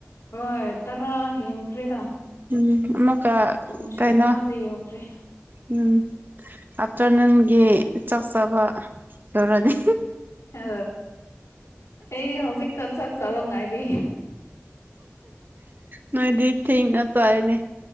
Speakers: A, on the left; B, on the right.
A: ꯍꯣꯏ ꯇꯔꯥ ꯍꯦꯟꯈ꯭ꯔꯦꯗ
B: ꯎꯝ ꯑꯃꯨꯛꯀ
A: ꯄꯨꯡꯁꯦ
B: ꯀꯩꯅꯣ
A: ꯑꯥ ꯂꯩꯌꯦ ꯑꯣꯈ꯭ꯔꯦ
B: ꯎꯝ ꯑꯥꯞꯇꯔꯅꯨꯟꯒꯤ ꯆꯥꯛ ꯆꯥꯕ ꯌꯧꯔꯅꯤ
A: ꯑ ꯑꯩꯗꯤ ꯍꯧꯖꯤꯛꯇ ꯆꯥꯛ ꯆꯥꯕ ꯉꯥꯏꯔꯤ
B: ꯅꯣꯏꯗꯤ ꯊꯦꯡꯅ ꯄꯥꯏꯅꯦ